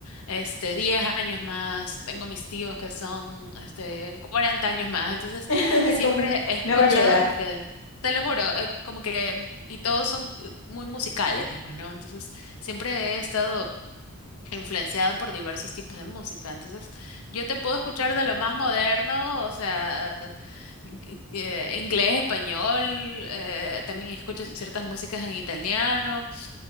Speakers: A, on the left (about 80°); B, on the left (about 65°).
A: este, diez años más. Tengo mis tíos que son, este, 40 años más. Entonces,
B: <laughs>
A: siempre
B: Como
A: he escuchado
B: una variedad.
A: como que, te lo juro, eh, como que, y todos son eh, muy musicales, pues, ¿no? Entonces, siempre he estado influenciada por diversos tipos de música. Entonces, yo te puedo escuchar de lo más moderno, o sea, in- in- eh, inglés, español, eh, también escucho ciertas músicas en italiano.